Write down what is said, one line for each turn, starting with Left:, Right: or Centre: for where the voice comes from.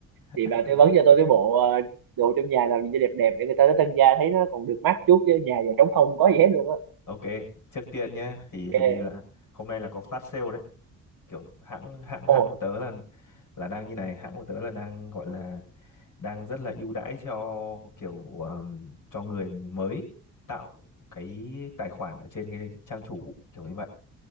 Left: <laughs>
Right: Thì bạn tư vấn cho tôi cái bộ ờ, đồ trong nhà làm gì cho đẹp đẹp để người ta tới tân gia thấy nó còn được mắt chút chứ nhà giờ trống không có gì hết luôn á.
Left: ok trước tiên nhé thì hình
Right: Ok.
Left: như là hôm nay là có flash sale đấy kiểu hãng hãng
Right: Ồ,
Left: hãng của tớ là là đang như này hãng của tớ là đang gọi là đang rất là ưu đãi cho kiểu ờm, cho người mới tạo cái tài khoản ở trên cái trang chủ kiểu như vậy